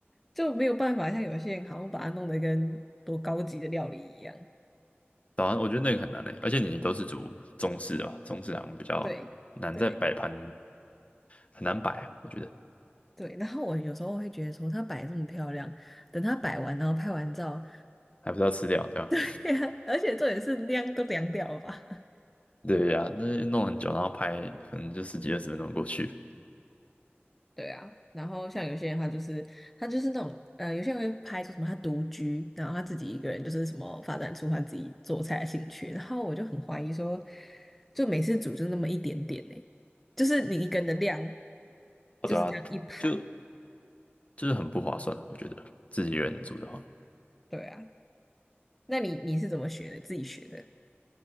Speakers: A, in the centre; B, on the left (about 30°).
A: 就没有办法像有些人好像把它弄得跟多高级的料理一样。
B: 早安，我觉得那个很难诶，而且你都是煮中式的吧，中式好像比较难在摆盘，
A: 对对
B: 很难摆啊，我觉得
A: 对，然后我有时候会觉得说，她摆得这么漂亮，等她摆完，然后拍完照，
B: 还不是要吃掉，对吧？
A: <laughs> 而且重点是量都凉掉了吧？
B: <laughs> 对呀、那弄很久，然后拍可能就十几二十分钟过去，
A: 对啊，然后像有些人他就是他就是那种呃，有些人会拍出什么他独居，然后他自己一个人就是什么发展出他自己做菜的兴趣，然后我就很怀疑说，就每次煮就那么一点点呢、就是你一个人的量
B: 哦，
A: 就是这样一盘，
B: 对啊，就就是很不划算啊，我觉得自己一个人煮的话，
A: 对啊，那你你是怎么学的？自己学的？